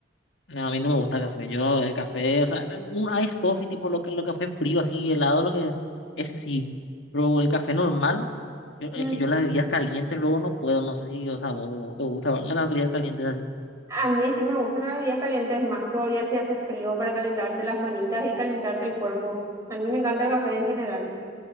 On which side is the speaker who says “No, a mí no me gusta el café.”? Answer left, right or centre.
Left